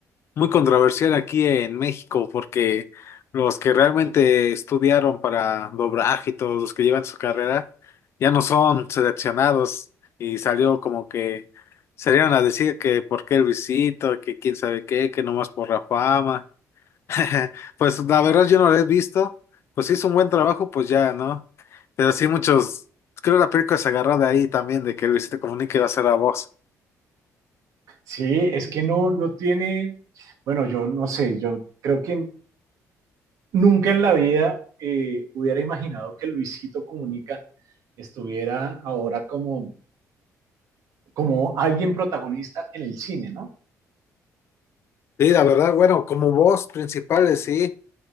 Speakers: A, on the left (about 45°); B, on the right (about 65°).
A: muy controversial aquí en México, porque los que realmente estudiaron para doblaje y todos los que llevan su carrera ya no son seleccionados. Y salió como que salieron a decir que por qué Luisito, que quién sabe qué, que nomás por la fama. <laughs> Pues la verdad yo no lo he visto. Pues si hizo un buen trabajo, pues ya, ¿no? Pero sí muchos, creo que la película se agarró de ahí también, de que Luisito Comunica iba a ser la voz.
B: Sí, es que no, no tiene, bueno, yo no sé, yo creo que nunca en la vida eh, hubiera imaginado que Luisito Comunica estuviera ahora como, como alguien protagonista en el cine, ¿no?
A: Sí, la verdad, bueno, como voz principales, sí.